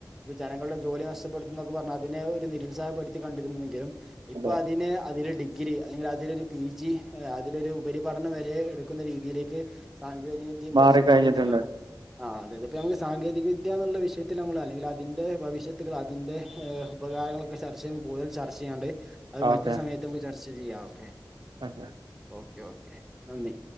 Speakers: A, in the centre; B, on the right (about 80°).
A: വ് ജനങ്ങൾടെ ജോലി നഷ് ട്ടപ്പെട്ത്തുംന്നൊക്കെ പർഞ്ഞ് അതിനെ ഒരു നിരുത്സാഹപ്പെട്ത്തി കണ്ടിരുന്നുവെങ്കിലും ഇപ്പാെ
B: അതെ
A: അതിനെ അതില് ഡി ഡിഗ്രി അല്ലെങ്കിലതിലൊരു പി ജി അതിലൊരു ഉപരിപഠനം വെരേ എട്ക്കുന്ന രീതിയിലേക്ക് സാങ്കേതിക വിദ്യയെ കുറിച്ച്
B: മാറിക്കഴിഞ്ഞിട്ടുണ്ട്
A: മാറീന്ന്ള്ളാണ് ആഹ് അതെ അതെ ഇപ്പ നമുക്ക് സാങ്കേതി വിദ്യാന്ന്ള്ള വിഷയത്തില് അമ്മെള് അല്ലെങ്കിലതിന്റെ ഭവിഷത് കള് അതിന്റെ ഏഹ് ഉപകാരങ്ങളൊക്കെ ചർച്ചെയ്യ്മ്പോ കൂട്തൽ ചർച്ചെയ്യാണ്ട് അത് മറ്റൊരു
B: ഓക്കെ
A: സമയ ത്ത് ചർച്ച ചെയ്യാം ഓക്കെ
B: <unintelligible>
A: ഓക്കെ ഓക്കെ നന്ദി